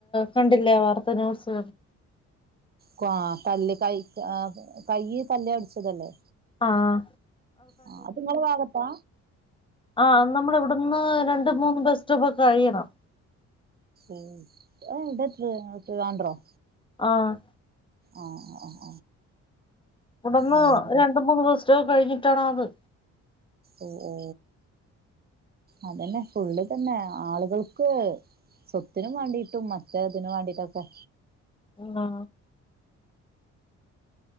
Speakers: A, on the left; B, on the right.
A: കണ്ടില്ലേ വാർത്ത ന്യൂസ്
B: കൊ തല്ല് കൈ കൈ തല്ലി ഒടിച്ചതല്ലേ
A: ആഹ്
B: ആ അത് ഇങ്ങളെ ഭാഗത്താ
A: ആ നമ്മള് ഇവിടുന്ന് രണ്ട് മൂന്ന് ബസ് സ്റ്റോപ്പ് ഒക്കെ കഴിയണം
B: ഉം അതെവിടെപ്പൊ ട്രിവാൻഡ്രം
A: ആഹ്
B: ആഹ് ആ
A: ഇവിടന്ന്
B: അവിടെല്ലേ
A: രണ്ട് മൂന്ന് ബസ്സ്റ്റോപ്പ് കഴിഞ്ഞി ട്ടണോന്ന്
B: ഓ ഓ അതന്നെ ഫുള്ള് തന്നെ ആളുകൾക്ക് സ്വത്തിന് വേണ്ടിട്ടും മറ്റേ ഇതിന് വേണ്ടിട്ടൊക്കെ
A: ആ